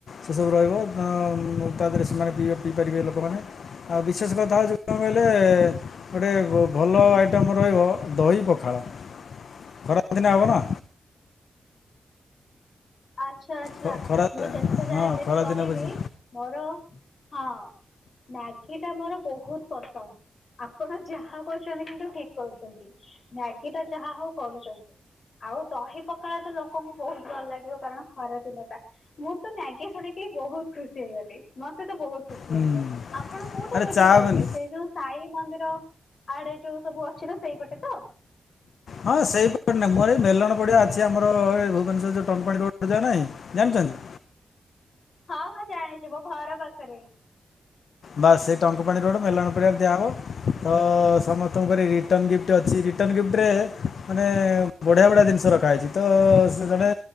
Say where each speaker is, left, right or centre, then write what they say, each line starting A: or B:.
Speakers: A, on the left (about 75°); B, on the left (about 60°).
A: ସେ ସବୁ ରହିବ ତା ଦେହରେ ସେମାନେ ପିଇ ପିଇପାରିବେ ଲୋକମାନେ। ଆଉ ବିଶେଷ କଥା ହଉଛି କଣ କହିଲେ? ଗୋଟେ ଭଲ ଆଇଟମ୍ ରହିବ ଦହି ପଖାଳ। ଖରା ଦିନେ ହବ ନା।
B: ଆଚ୍ଛା ଆଚ୍ଛା
A: ଖ- ଖରା
B: ମୁଁ ଯେତେ ଯାହା
A: ହଁ
B: ହେଲେ
A: ଖରାଦିନେ
B: ବି କହିବି
A: ବୁଝି
B: ମୋର ହଁ। ମ୍ୟାଗି ଟା ମୋର ବହୁତ ପସନ୍ଦ। ଆପଣ ଯାହା କରୁଛନ୍ତି କିନ୍ତୁ ଠିକ୍ କରୁଛନ୍ତି ମ୍ୟାଗି ଟା ଯାହା ହଉ କରୁଛନ୍ତି। ଆଉ ଦହି ପଖାଳ ତ ଲୋକଙ୍କୁ ବହୁତ ଭଲ ଲାଗିବ। କାରଣ ହରାଦିନଟା ମୁଁ ତ ନାଗଆ ଶୁଣିକି ବହୁତ ଖୁସି ହେଇଗଲି ମତେ ତ ବହୁତ। ଖୁସି
A: ହୁଁ
B: ଲାଗିବ ଆପଣ କୋଉଠି
A: ଆରେ
B: ଭୋଜି
A: ଚାଓମିନ
B: କରିବେ ସେଇ ଯୋଉ ସାଇ ମନ୍ଦିର ଆଡେ ଯୋଉ ସବୁ ଅଛି ତ ସେଇପଟେ ତ।
A: ହଁ ସେଇପରି ନାଁ ମୁଁର ଏଇ ମେଲଣ ପଡ଼ିିବ ଅଛି ଆମରଇ ଭୁବନେଶ୍ୱର ଯୋଉ ଟନପାଣି ଯୋ ନାହିଁ। ଜାଣିଛନ୍ତି।
B: ହଁ ହଁ ଜାଣିଚି ମୋ ଘର ପାଖରେ।
A: ବାସ୍ ସେଇ ଟଙ୍କ ପାଣି ରୋଡ଼ ମେଲଣ ଫେଲଣ ଦିଆହବ। ତ ସମସ୍ତଙ୍କର ରିଟର୍ଣ୍ଣ ଗିଫ୍ଟ ଅଛି ରିଟର୍ଣ୍ଣ ଗିଫ୍ଟରେ ମାନେ ବଢିଆ ବଢିଆ ଜିନିଷ ରଖା ହେଇଛି, ତ ସେ ଜଣେ